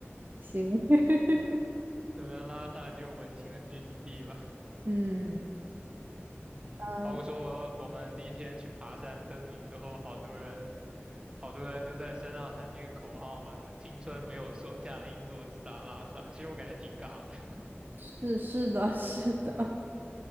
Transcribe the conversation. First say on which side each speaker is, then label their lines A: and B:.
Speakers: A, on the right (about 45°); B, on the right (about 20°).
A: 行，<laughs>
B: 可能拉萨就文青的聚集地吧。
A: 嗯
B: 嗯，
A: 嗯，
B: 包括说我们第一天去爬山登顶之后，好多人，好多人就在山上喊那个口号嘛，什么“青春没有售价，硬座直达拉萨”。其实我感觉挺尬的。
A: 是是的，<laughs> 是的。